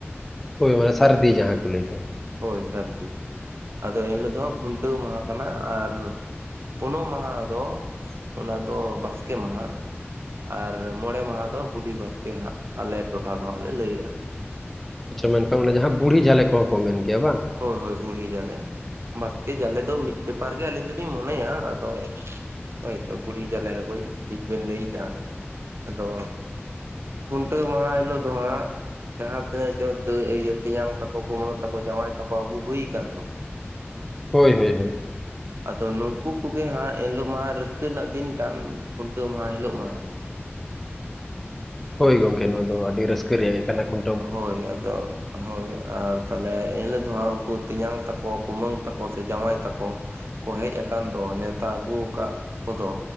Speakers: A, in the centre; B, on the right.
A: ᱦᱳᱭ ᱢᱟᱱᱮ ᱥᱟᱹᱨᱫᱤ ᱡᱟᱦᱟᱸ ᱠᱚ ᱞᱟᱹᱭ ᱫᱚ
B: ᱦᱳᱭ ᱥᱟᱹᱨᱫᱤ ᱟᱫᱚ ᱮᱱ ᱦᱤᱞᱳᱜ ᱦᱚᱸ ᱦᱟᱸᱜ ᱠᱷᱩᱱᱴᱟᱹᱣ ᱢᱟᱦᱟ ᱠᱟᱱᱟ ᱟᱨ ᱯᱩᱱᱚᱜ ᱢᱟᱦᱟ ᱫᱚ ᱚᱱᱟ ᱫᱚ ᱵᱟᱥᱠᱮ ᱢᱟᱦᱟ ᱟᱨ ᱢᱚᱬᱮ ᱢᱟᱦᱟ ᱫᱚ ᱵᱩᱰᱷᱤ ᱵᱟᱥᱠᱮ ᱦᱟᱸᱜ ᱟᱞᱮ ᱴᱚᱴᱷᱟ ᱫᱚ ᱦᱟᱸᱜ ᱞᱮ ᱞᱟᱹᱭᱟᱜᱼᱟ
A: ᱟᱪᱪᱷᱟ ᱢᱮᱱᱠᱷᱟᱱ ᱚᱱᱟ ᱡᱟᱦᱟᱸ ᱵᱩᱰᱷᱤ ᱡᱟᱞᱮ ᱠᱚᱦᱚᱸ ᱠᱚ ᱢᱮᱱ ᱜᱮᱭᱟ ᱵᱟᱝ
B: ᱦᱳᱭ ᱦᱳᱭ ᱵᱩᱲᱦᱤ ᱡᱟᱞᱮ ᱵᱟᱥᱠᱮ ᱡᱟᱞᱮ ᱫᱚ ᱢᱤᱫ ᱵᱮᱯᱟᱨ ᱜᱮ ᱟᱹᱞᱤᱧ ᱫᱚ ᱞᱤᱧ ᱢᱚᱱᱮᱭᱟ ᱟᱫᱚ ᱦᱳᱭ ᱛᱚ ᱵᱩᱲᱦᱤ ᱡᱟᱞᱮ ᱦᱚᱭ ᱴᱷᱤᱠ ᱵᱤᱱ ᱞᱟᱹᱭ ᱠᱟᱜᱼᱟ ᱟᱫᱚ ᱠᱷᱩᱱᱴᱟᱹᱣ ᱢᱟᱦᱟ ᱦᱤᱞᱳᱜ ᱫᱚ ᱦᱟᱸᱜ ᱡᱟᱦᱟᱸ ᱛᱤᱱᱟᱹᱜ ᱡᱮ ᱫᱟᱹᱭ ᱛᱮᱧᱟᱝ ᱛᱟᱠᱚ ᱠᱩᱢᱟᱹᱝ ᱛᱟᱠᱚ ᱡᱟᱶᱟᱭ ᱵᱟᱵᱩ ᱟᱹᱜᱩ ᱦᱩᱭ ᱠᱟᱱ ᱫᱚ
A: ᱦᱳᱭ ᱦᱳᱭ ᱦᱳᱭ
B: ᱟᱫᱚ ᱱᱩᱠᱩ ᱠᱚᱜᱮ ᱦᱟᱸᱜ ᱮᱱ ᱦᱤᱞᱳᱜ ᱢᱟ ᱨᱟᱹᱥᱠᱟᱹ ᱨᱮᱱᱟᱜ ᱫᱤᱱ ᱠᱟᱱ ᱠᱷᱩᱱᱴᱟᱹᱣ ᱢᱟᱦᱟ ᱦᱤᱞᱳᱜ ᱢᱟ ᱦᱟᱸᱜ
A: ᱦᱳᱭ ᱜᱚᱝᱠᱮ ᱱᱚᱣᱟ ᱫᱚ ᱟᱹᱰᱤ ᱨᱟᱹᱥᱠᱟᱹ ᱨᱮᱭᱟᱜ ᱜᱮ ᱠᱟᱱᱟ ᱠᱷᱩᱱ
B: ᱦᱳᱭ ᱟᱫᱚ ᱦᱳᱭ ᱟᱨ ᱛᱟᱦᱚᱞᱮ ᱮᱱ ᱦᱤᱞᱳᱜ ᱫᱚ ᱦᱟᱸᱜ ᱩᱱᱠᱩ ᱛᱮᱧᱟᱝ ᱛᱟᱠᱚ ᱠᱩᱢᱟᱹᱝ ᱛᱟᱠᱚ ᱥᱮ ᱡᱟᱶᱟᱭ ᱛᱟᱠᱚ ᱠᱚ ᱦᱮᱡ ᱟᱠᱟᱱ ᱫᱚ ᱱᱮᱶᱛᱟ ᱟᱹᱜᱩ ᱟᱠᱟᱫ ᱠᱚᱫᱚ